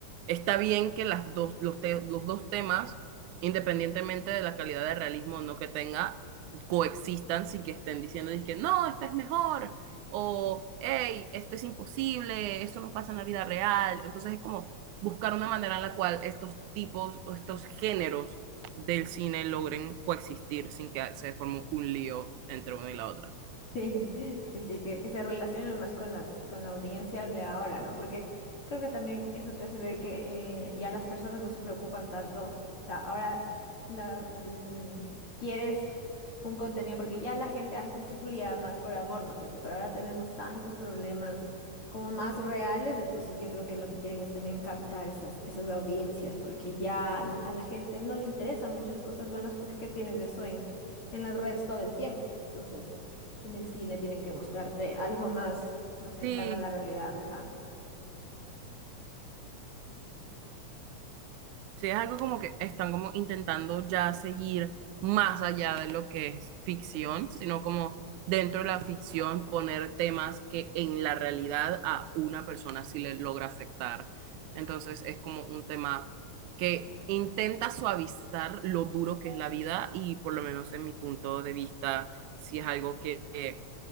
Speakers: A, on the right; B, on the left.
A: está bien que las dos, los, te- los dos temas, independientemente de la calidad de realismo o no que tenga, coexistan sin que estén diciendo, dije, no, esta es mejor o, hey, esto es imposible, esto no pasa en la vida real. Entonces es como buscar una manera en la cual estos tipos o estos géneros del cine logren coexistir sin que se forme un lío entre una y la otra.
B: Sí, <laughs> sí, sí, que, que se relacionen más con las, con la audiencia de ahora, ¿no? Porque creo que también eso te hace ver que eh, ya las personas no se preocupan tanto. O sea, ahora la, mm, quieres un contenido, porque ya la gente antes sufría más por amor, ¿no es cierto? Pero ahora tenemos tantos problemas como más reales, entonces yo creo que lo que quieren es también captar esas, esas audiencias, porque ya a la gente no le interesan mucho las cosas vanas, porque ¿qué tienes de eso en, en las redes todo el tiempo? Entonces... En el cine tienen que mostrarte algo más, más
A: sí
B: cercano a la realidad, ajá.
A: Sí, es algo como que están como intentando ya seguir más allá de lo que es ficción, sino como dentro de la ficción poner temas que en la realidad a una persona sí le logra afectar. Entonces es como un tema que intenta suavizar lo duro que es la vida y por lo menos en mi punto de vista, sí es algo que, que